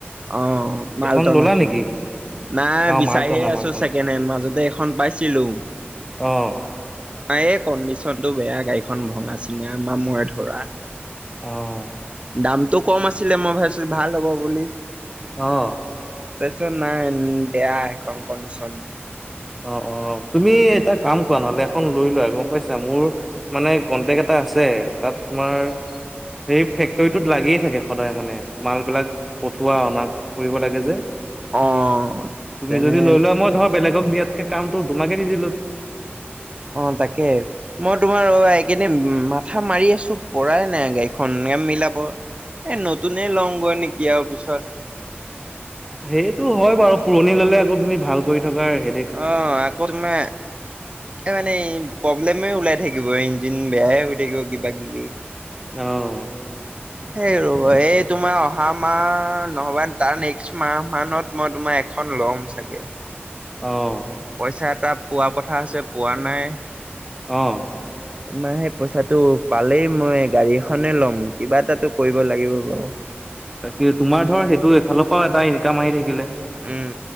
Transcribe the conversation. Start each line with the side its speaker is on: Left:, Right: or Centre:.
Right: অঁ মাল
Centre: এখন
Right: টনা
Centre: ললা
Right: খন।
Centre: নেকি?
Right: নাই
Centre: অ
Right: বিচাৰিয়ে
Centre: মালটনা মালটনা
Right: আছোঁ ছেকেণ্ড হেণ্ড মাজতে এখন পাইছিলোং।
Centre: অঁহ।
Right: এ কণ্ডিচনটো বেয়া গাড়ীখন ভঙা চিঙা মামৰে ধৰা।
Centre: অঁ।
Right: দামটো কম আছিলে মই ভাবিছোঁ ভাল হ'ব বুলি।
Centre: অঁ।
Right: তাপিছত নাই উম বেয়া সেইখন কণ্ডিচন।
Centre: অঁ অঁ তুমি এটা কাম কৰা নহ'লে এখন লৈ লোৱা গম পাইছা মোৰ মানে কনটেক্ট এটা আছে। তাত তোমাৰ সেই ফেক্টৰীটোত লাগিয়ে থাকে সদায় মানে মালবিলাক পঠোৱা অনা কৰিব লাগে যে।
Right: অ
Centre: তুমি
Right: তেনে
Centre: যদি লৈ লোৱা মই ধৰা বেলেগক দিয়াতকে কামটো তোমাকে দি দিলোঁ।
Right: অঁ তাকে। মই তোমাৰ অ আ এইকেইদি ন উম মাথা মাৰি আছোঁ পৰাই নাই গাড়ীখন নেম মিলাব। এই নতুনে লংগৈ নেকি আৱ পিছত।
Centre: সেইটো হয় বাৰু পুৰণি ল'লে আকৌ তুমি ভাল কৰি থকাৰ সে
Right: অঁ আকৌ তোমা এ মানে এই প্ৰব্লেমে ওলাই থাকিব ইঞ্জিন বেয়ায়ে হৈ থাকিব কিবা কিবি।
Centre: অঁ।
Right: সেই ৰব, এই তোমাৰ অহা মাহ নহ'বা তাৰ নেক্সট মাহ মানত মই তোমাৰ এখন লম চাগে!
Centre: অ'!
Right: পইচা এটা পোৱা কথা আছে, পোৱা নাই?
Centre: অ'!
Right: তোমাৰ সেই পইচাটো পালেই মই গাড়ী এখনে ল'ম কিবা এটাটো কৰিব লাগিব বাও।
Centre: তাকে, তোমাৰ ধৰ সেইটো এইফালৰ পাও এটা ইনকাম আহি থাকিলে।
Right: উম